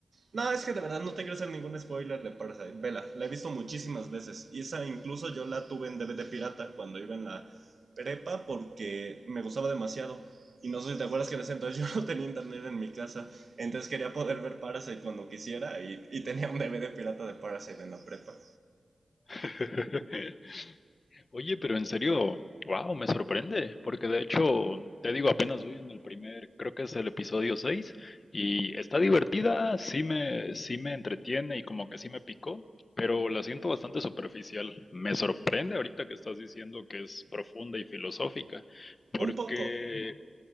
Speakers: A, on the right; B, on the left.
A: No, es que de verdad no te quiero hacer ningún spoiler de Parasite. Vela, la he visto muchísimas veces. Y esa incluso yo la tuve en DVD pirata cuando iba en la prepa porque me gustaba demasiado. Y no sé si te acuerdas que en ese entonces yo <laughs> no tenía internet en mi casa. Entonces quería poder ver Parasite cuando quisiera y, y tenía un DVD pirata de Parasite en la prepa.
B: <laughs> Oye, pero en serio, wow, me sorprende, porque de hecho, te digo, apenas voy en el primer, creo que es el episodio 6 y está divertida, sí me, sí me entretiene y como que sí me picó, pero la siento bastante superficial. Me sorprende ahorita que estás diciendo que es profunda y filosófica, porque
A: Un poco,